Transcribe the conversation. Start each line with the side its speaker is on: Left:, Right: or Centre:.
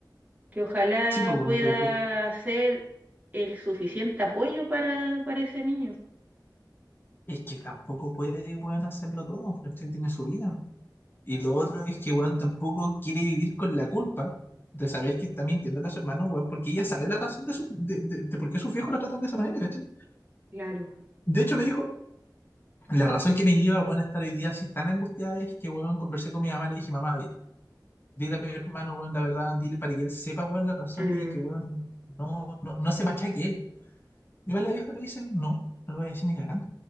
Right: que ojalá
Left: sí, pues, weón,
Right: pueda
Left: pero, pero
Right: ser el suficiente apoyo para, para ese niño.
Left: es que tampoco puede, weón, hacerlo todo, ¿cachai? Tiene su vida. Y lo otro es que,
Right: Mm,
Left: weón, tampoco quiere vivir con la culpa de saber que está mintiendo a su hermano, weón, porque ella sabe la razón de, su, de, de- de por qué sus viejos lo tratan de esa manera, ¿cachai?
Right: Claro.
Left: De hecho, me dijo, la razón que me lleva, weón, a estar hoy día así tan angustiada es que, weón, conversé con mi mamá, le dije, mamá, dile, dile a mi hermano, weón, la verdad, dile para que él sepa, weón, las razones
Right: Mm.
Left: y que, weón, no, no, no se machaque él. Y va la vieja le dice, no, no lo voy a decir ni cagando.